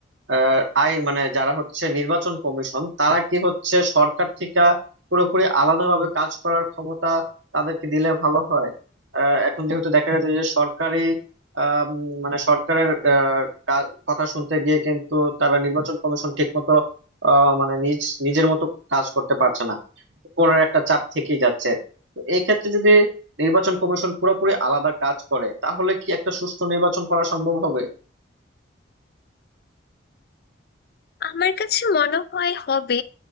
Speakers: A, on the right; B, on the left.
A: আহ, আই মানে যারা হচ্ছে নির্বাচন কমিশন তারা কি হচ্ছে সরকার থেকে পুরোপুরি আলাদাভাবে কাজ করার ক্ষমতা তাদেরকে দিলে ভালো হয় আহ, এখন যেহেতু দেখা গেছে যে সরকারি আম, মানে সরকারের আহ, কা- কথা শুনতে গিয়ে কিন্তু তারা নির্বাচন কমিশন ঠিক মতো মানে নিজ নিজের মতো কাজ করতে পারছে না উপরের একটা চাপ থেকেই যাচ্ছে তো এই ক্ষেত্রে যদি নির্বাচন কমিশন পুরোপুরি আলাদা কাজ করে তাহলে কি একটা সুষ্ঠু নির্বাচন করা সম্ভব হবে
B: আমার কাছে মনে হয় হবে